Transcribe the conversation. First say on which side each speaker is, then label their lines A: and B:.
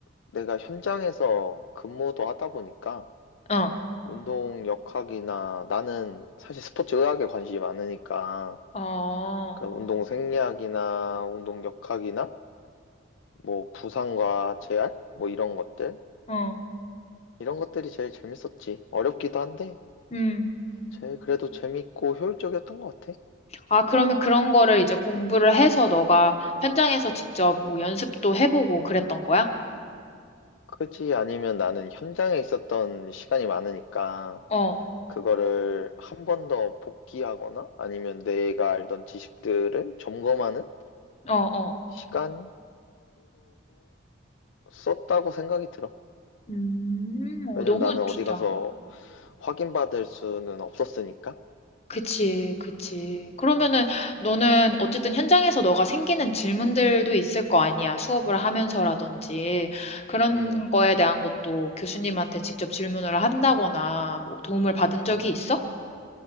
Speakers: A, on the left (about 75°); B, on the left (about 30°).
A: 내가 현장에서 근무도 하다 보니까
B: 응.
A: 운동 역학이나 나는 사실 스포츠 의학에 관심이 많으니까
B: 어,
A: 그런 운동 생리학이나 운동 역학이나 뭐 부상과 재활? 뭐 이런 것들?
B: 응.
A: 이런 것들이 제일 재밌었지. 어렵기도 한데
B: 음.
A: 제일 그래도 재밌고 효율적이었던 것 같아.
B: 아, 그러면 그런 거를 이제 공부를 해서 너가 현장에서 직접 뭐 연습도 해보고 그랬던 거야?
A: 그렇지 아니면 나는 현장에 있었던 시간이 많으니까
B: 어,
A: 그거를 한 번 더 복기하거나 아니면 내가 알던 지식들을 점검하는
B: 어, 어.
A: 시간으로도 썼다고 생각이 들어.
B: 음, 어,
A: 왜냐면
B: 너무
A: 나는 어디
B: 좋다.
A: 가서 확인받을 수는 없었으니까.
B: 그치, 그치. 그러면은 너는 어쨌든 현장에서 너가 생기는 질문들도 있을 거 아니야. 수업을 하면서라든지 그런
A: 음,
B: 거에 대한 것도 교수님한테 직접 질문을 한다거나 뭐 도움을 받은 적이
A: 음.
B: 있어?